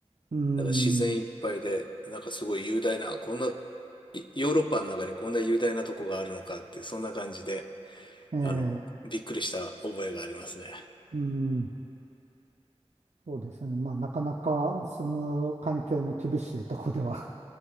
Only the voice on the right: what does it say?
ーん。
ええ、
うーん。そうですね。まあ、なかなか住む環境も厳しいとこでは